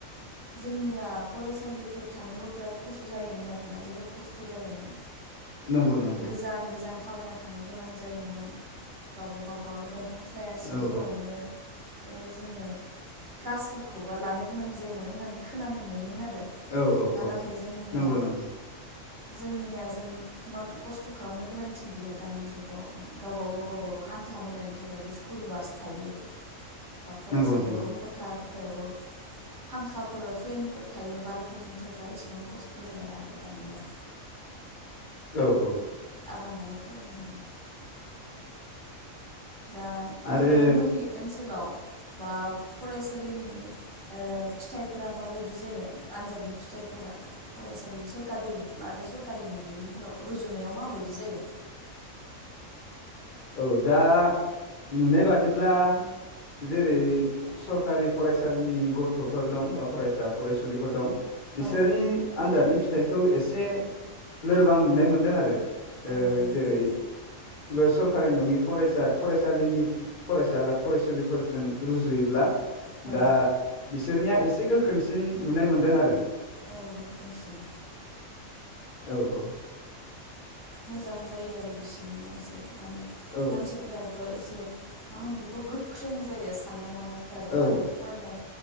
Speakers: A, on the right; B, on the left.
A: जोंनिया फरायसालिफोर थांनोबो बिराद खस्थ' जायोमोन आरोना जोबोद खस्थ' जायोमोन
B: नंगौ नंगौ
A: गोजान गोजान थाबायना थांनो गोनां जायोमोन बा बहाबा दफां साया सिंफोरावनो
B: औ
A: ओ जोङो क्लासफोरखौबा लानो गोनां जायोमोन होननानै खोनानो मोनोमोन आरो
B: औ औ
A: दा
B: औ
A: नाथाय जोंनिया
B: नंगौ नंगौ
A: जोंनिया जों इमान खस्थ' खालामनो गोनांथि गैया दानि जुगाव माने गावबा गाव गावबा गाव हान्था मेलानि थाखायबो स्कुल बास थायो बा फरायसालियावबो
B: नंगौ नंगौ
A: खथा खथायावबो फांखाफोर बा फेनफोर थायो बारफोरनि थाखाय एसेबां खस्त जाया आरो दानिया
B: औ औ
A: रामावनो फरायनो मोनो दा नोंथांमोननि
B: आरो
A: ओनसोलाव बा फरायसालिनि ओ फिथाइफोरा माबायदि जायो आनजादनि फिथाइफोरा फरायसालि सरकारि आरो सरकारि नोङिनि रुजुनायाव माबायदि जायो
B: औ दा नुनाय बादिब्ला जेरै फु सरकारि फरायसालिनि गथ'फोर दं बा फरायसा फरायसुलिफोर दं बिसोरनि
A: औ
B: आनजादनि फिथाइ खौ एसे लोरबां नुनाय मोनदों आरो
A: औ
B: ओ जेरै
A: औ
B: बेसर खारि नङि फरायसा फरायसालिनि फरायसाला फरायसुलिफोरजों रुजुयोब्ला
A: औ
B: दा बिसोरनिया एसे गोख्रोंसिन नुनाय मोन्दों आरो
A: औ गोख्रोंसिन
B: औ औ
A: मोजां जायो आरो बिसिनिया एसे माने
B: औ
A: मानसिफोराबो एसे मा होनो बेखौ गोख्रों जायो साननाय हनाय फोराबो
B: औ
A: आरो फरायनाय